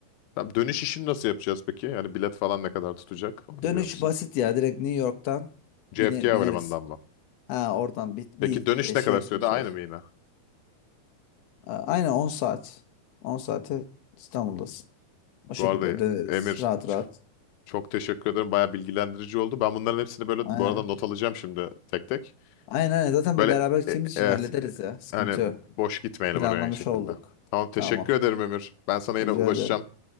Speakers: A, on the left; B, on the left.
A: Tamam, dönüş işini nasıl yapacağız peki? Yani bilet falan ne kadar tutacak? Onu biliyor
B: Dönüş
A: musun?
B: basit ya. Direkt New York'tan
A: JFK
B: bine,
A: Havalimanı'ndan
B: bineriz.
A: mı?
B: Ha oradan bir, bir
A: Peki dönüş
B: e, şeyle
A: ne kadar sürede?
B: geçiyoruz.
A: Aynı mı yine?
B: A- Aynen 10 saat. on saate İstanbul'dasın. O şekilde
A: Bu arada
B: döneriz.
A: Emir
B: Rahat
A: ç-
B: rahat.
A: çok teşekkür ederim. Baya bilgilendirici oldu. Ben bunların hepsini böyle
B: Aynen.
A: bu arada not alacağım şimdi tek tek.
B: Aynen aynen. Zaten
A: Böyle
B: be- beraber gideceğimiz
A: e- e,
B: için
A: evet
B: hallederiz
A: e,
B: ya. Sıkıntı
A: hani
B: yok.
A: boş gitmeyelim
B: Planlamış
A: oraya aynı şekilde.
B: olduk.
A: Tamam teşekkür
B: Tamam.
A: ederim Emir. Ben sana yine
B: Rica
A: ulaşacağım.
B: ederim.